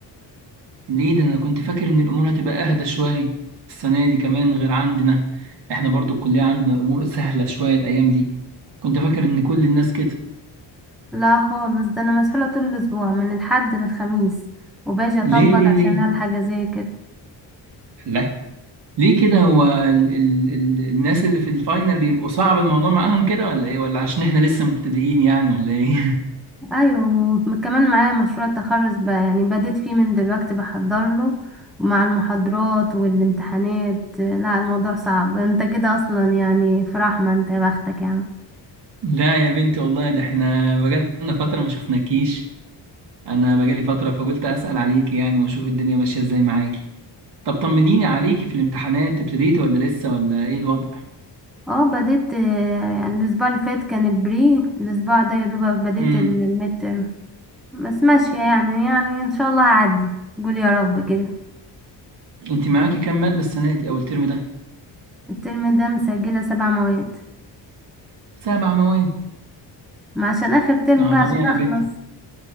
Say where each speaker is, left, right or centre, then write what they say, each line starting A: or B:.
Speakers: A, on the right (about 65°); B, in the centre.
A: ليه ده انا كنت فاكر ان الامور هتبقى اهدى شويه السنه دي كمان غير عندنا احنا برضو الكليه عندنا الامور سهله شويه الايام دي كنت فاكر ان كل الناس كده
B: لا خالص ده انا مسحولة طول الاسبوع من الحد للخميس وباجي اطبق
A: ليه ليه
B: عشان
A: ليه
B: الحق اذاكر
A: لا ليه كده هو ال ال ال الناس اللي في الفاينل بيبقوا صعب الموضوع معاهم كده ولا ايه ولا عشان احنا لسه مبتدئين يعني ولا ايه
B: ايوه وكمان معايا مشروع التخرج بقى يعني بديت فيه من دلوقتي بحضر له ومع المحاضرات والامتحانات لا الموضوع صعب انت كده اصلا يعني في رحمة انت يا بختك يا عم
A: <laughs> لا يا بنتي والله ده احنا بقالنا فتره ما شفناكيش انا بقالي فتره فقلت اسال عليكي يعني واشوف الدنيا ماشيه ازاي معاكي طب طمنيني عليكي في الامتحانات ابتديتي ولا لسه ولا ايه الوضع
B: اه بديت آه، يعني الاسبوع اللي فات كان البري الاسبوع ده يا دوبك بديت
A: امم
B: الميد ترم بس ماشية يعني يعني ان شاء الله هعدي قول يا رب كده
A: انت معاكي كام ماده السنه دي او الترم ده
B: الترم ده مسجلة سبع مواد
A: سبع مواد
B: ما عشان اخر ترم
A: اه
B: بقى
A: طبيعي
B: عشان اخلص
A: يا بنتي